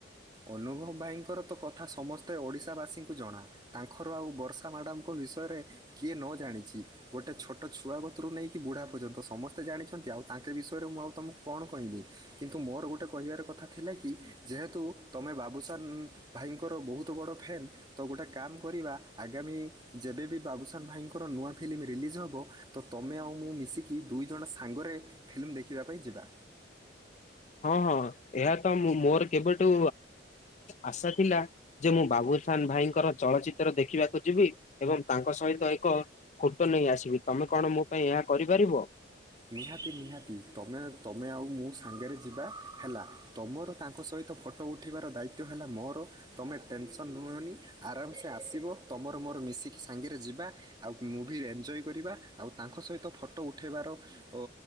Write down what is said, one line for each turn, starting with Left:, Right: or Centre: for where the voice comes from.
Right: ଅନୁଭବ ଭାଇଙ୍କର ତ କଥା ସମସ୍ତେ ଓଡ଼ିଶାବାସୀଙ୍କୁ ଜଣା। ତାଙ୍କର ଆଉ ବର୍ଷା ମ୍ୟାଡ଼ାମଙ୍କ ବିଷୟରେ କିଏ ନ ଜାଣିଛି। ଗୋଟେ ଛୋଟ ଛୁଆ ଗତୁରୁ ନେଇକି ବୁଢ଼ା ପର୍ଯ୍ୟନ୍ତ ସମସ୍ତେ ଜାଣିଛନ୍ତି ଆଉ ତାଙ୍କେ ବିଷୟରେ ମୁଁ ଆଉ ତମକୁ କଣ କହିବି। କିନ୍ତୁ ମୋର ଗୋଟେ କହିବାର କଥା ଥିଲା କି ଯେହେତୁ ତୁମେ ବାବୁସାନ ଭାଇଙ୍କର ବୋହୁତ ବଡ଼ ଫେନ୍ ତ ଗୋଟେ କାମ କରିବା ଆଗାମୀ ଯେବେବି ବାବୁସାନ ଭାଇଙ୍କର ନୂଆ ଫିଲ୍ମ ରିଲିଜ୍ ହେବ। ତ ତମେ ଆଉ ମୁଁ ମିଶିକି ଦୁଇ ଜଣ ସାଙ୍ଗରେ ଫିଲ୍ମ ଦେଖିବା ପାଇଁ ଯିବା।
Left: ହଁ ହଁ ଏହା ତ ମୋର କେବେଠୁ ଆଶା ଥିଲା। ଯେ ମୁଁ ବାବୁସାନ୍ ଭାଇଙ୍କର ଚଳଚିତ୍ର ଦେଖିବାକୁ ଯିବି ଏବଂ ତାଙ୍କ ସହିତ ଏକ ଫୋଟୋ ନେଇ ଆସିବି ତମେ କଣ ମୋ ପାଇଁ ଏହା କରିପାରିବ?
Right: ନିହାତି ନିହାତି ତମେ ତମେ ଆଉ ମୋ ସାଙ୍ଗରେ ଯିବା ହେଲା ତମର ତାଙ୍କ ସହିତ ଫଟୋ ଫଟ ଉଠିବାର ଦାୟିତ୍ୱ ହେଲା ମୋର ତୁମେ ଟେନସନ୍ ନୁହଁନି ଆରାମସେ ଆସିବ ତମର ମୋର ମିଶିକି ସାଙ୍ଗରେ ଯିବା ଆଉ ମୁଭି ଏନ୍ଜୟ କରିବା ଆଉ ତାଙ୍କ ସହିତ ଫଟୋ ଉଠାଇବାର ଅ